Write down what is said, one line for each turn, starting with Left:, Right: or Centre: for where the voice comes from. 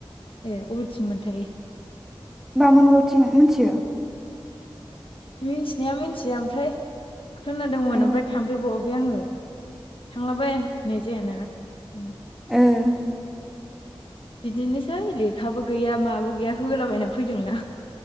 Left: ए अबेथिं मोनथाय
Centre: बामोनगावथिं मिथियो
Left: मिथिनाया मिथिया ओमफ्राय खोनादोंमोन
Centre: ओ
Left: ओमफ्राय थांफेरबावाखै आङो थांलाबाय होननाय जायाना बेनो
Centre: ओं
Left: बिदिनोसै लेखाबो गैया माबो गैयाखौ होलाबायनानै फैदोंलां